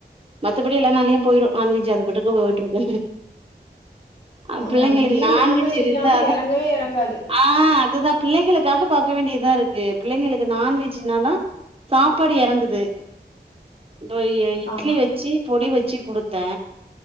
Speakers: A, on the right; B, on the left.
A: மத்தபடி எல்லா நாள்லயு போயிடோ நான்வெஜ்ஜி அது பாட்டுக்கு போயிட்ருக்கோ அது
B: ஆமா
A: பிள்ளைங்களுக்கு
B: இங்கேயு
A: நான்வெஜ் இருந்தா
B: இல்லாம எறங்கவே
A: தா
B: எறங்காது
A: ஆ அதுதா பிள்ளைங்களுக்காக பாக்க வேண்டிதா இருக்கு பிள்ளைங்களுக்கு நான்வெஜ்ஜினா தா சாப்பாடு எறங்குது என் பைய இட்லி
B: ஆமா
A: வெச்சி பொடி வெச்சி குடுத்த